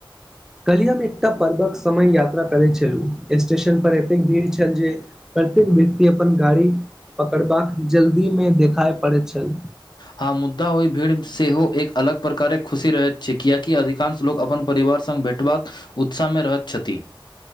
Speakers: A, in the centre; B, on the left.
A: काल्हि हम एकटा पर्वक समय यात्रा करैत छलु स्टेशन पर एतेक भीड़ छल जे प्रत्येक व्यक्ति अपन गाड़ी पकड़बाक जल्दीमे देखाइ पड़ैत छल
B: हाँ मुद्दा ओहि भीड़ सेहो एक अलग प्रकारक खुशी रहैत छै कियाकि अधिकांश लोक अपन परिवार संग भेटबाक उत्साह मे रहत छथि